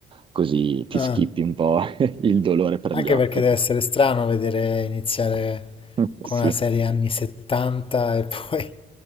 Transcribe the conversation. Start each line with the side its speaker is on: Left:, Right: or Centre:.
Right: così ti
Left: Ah.
Right: schippi un po' <laughs> il dolore per
Left: Anche
Right: gli occhi.
Left: perché deve essere strano vedere iniziare
Right: <laughs>
Left: con una serie anni 70 e poi,